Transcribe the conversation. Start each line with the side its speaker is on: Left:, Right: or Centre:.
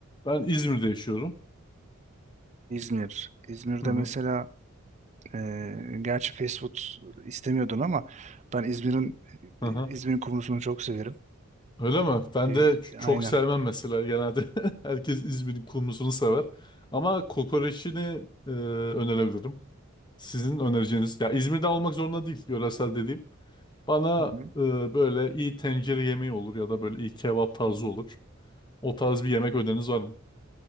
Left: Ben İzmir'de yaşıyorum.
Right: İzmir. İzmir'de
Left: Hı hı.
Right: mesela e, gerçi fast food istemiyordun ama ben İzmir'in
Left: <laughs>
Right: İzmir'in kumrusunu çok severim.
Left: Öyle mi? Ben
Right: E,
Left: de ç- çok
Right: aynen.
Left: sevmem mesela genelde. <laughs> Herkes İzmir'in kumrusunu sever. Ama kokoreçini e, önerebilirim. Sizin önereceğiniz, ya İzmir'den olmak zorunda değil, yöresel dediğim. Bana
Right: Hı hı.
Left: e, böyle iyi tencere yemeği olur ya da böyle iyi kebap tarzı olur. O tarz bir yemek öneriniz var mı?